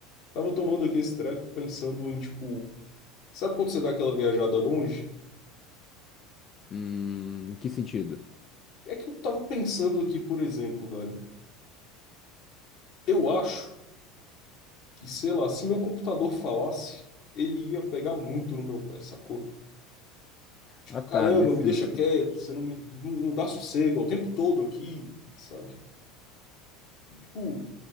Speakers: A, on the left; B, on the left.
A: Tava tomando aqui esse treco, pensando em, tipo, sabe quando você dá aquela viajada longe?
B: Hum, em que sentido?
A: É que eu tava pensando aqui, por exemplo, velho. Eu acho que, sei lá, se meu computador falasse, ele ia pegar muito no meu pé, sacou? Tipo,
B: Ah, tá,
A: caramba,
B: nesse...
A: me deixa quieto, você não me não, não dá sossego é o tempo todo aqui, sabe? Tipo,